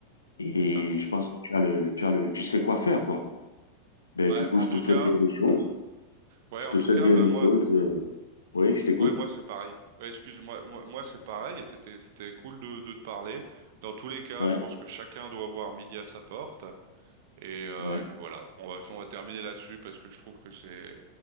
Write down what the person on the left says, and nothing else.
Et
je pense que tu as le, tu as le, tu sais quoi faire, quoi. Ben,
du coup,
je
te souhaite
bien des choses.
Je
te
souhaite
bien
des
choses. euh. Oui, je t'écoute.
Ouais,
ouais.